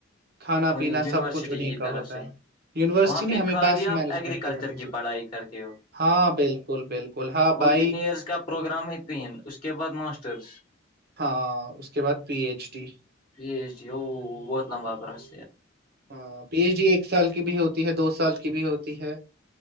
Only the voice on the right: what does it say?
کھانا
پینا سب کچھ انہیں
کا
ہوتا
ہے یونیورسٹی
نہیں
ہمیں
بس
مینجمنٹ
کے مد
سے
ہاں بالکل بالکل ہاں
بھائی
ہاں اس کے بعد P H D
ہاں پی ایچ ڈی ایک سال کی بھی ہوتی ہے دو سال کی بھی ہوتی ہے